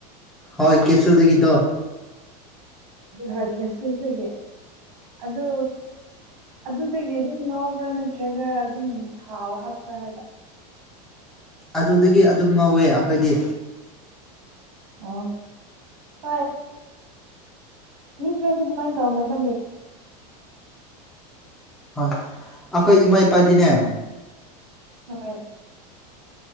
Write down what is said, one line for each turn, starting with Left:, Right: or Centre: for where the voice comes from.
Centre: ꯍꯣꯏ ꯀꯦꯞꯁꯨꯜꯗꯒꯤꯗꯣ
Right: ꯍꯥꯏ ꯀꯦꯁꯨꯜꯗꯒꯤ ꯑꯗꯨ ꯑꯗꯨꯗꯒꯤ ꯑꯗꯨꯝ ꯉꯥꯎꯕ꯭ꯔꯥ ꯅꯠꯇ꯭ꯔꯒ ꯑꯗꯨꯝ ꯊꯥꯎ ꯍꯥꯞꯄ꯭ꯔꯥ ꯍꯥꯏꯕ
Centre: ꯑꯗꯨꯗꯒꯤ ꯑꯗꯨꯝ ꯉꯧꯋꯦ ꯑꯩꯈꯣꯏꯗꯤ
Right: ꯑꯣ ꯍꯣꯏ ꯃꯤ ꯈꯔꯗꯤ ꯑꯗꯨꯃꯥꯏꯅ ꯇꯧꯅꯕ꯭ꯔꯥꯅꯦ
Centre: ꯍꯣꯏ ꯑꯈꯣꯏ ꯏꯃꯥ ꯏꯄꯥꯗꯤꯅꯦ
Right: ꯍꯣꯏ